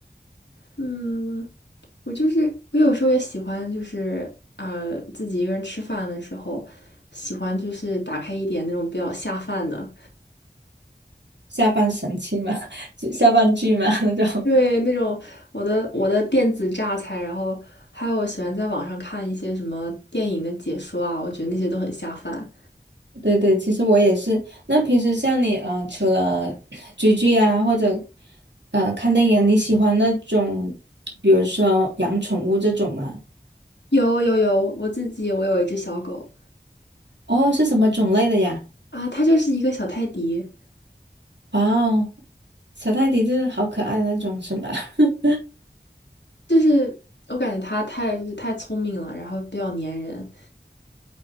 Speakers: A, on the left; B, on the right.
A: 嗯，我就是我有时候也喜欢，就是呃自己一个人吃饭的时候，喜欢就是打开一点那种比较下饭的。
B: 下半神器嘛，<laughs> 就下半句嘛 <laughs> 那种。
A: 对，那种我的我的电子榨菜，然后还有我喜欢在网上看一些什么电影的解说啊，我觉得那些都很下饭。
B: 对对，其实我也是。那平时像你，呃，除了 <sniffs> 追剧啊，或者呃看电影啊你喜欢那种，比如说养宠物这种吗？
A: 有有有，我自己我有一只小狗
B: 哦，是什么种类的呀？
A: 啊，它就是一个小泰迪，
B: 哇哦，小泰迪就是好可爱的那种，是吗？<laughs>
A: 就是我感觉它太就是太聪明了，然后比较粘人，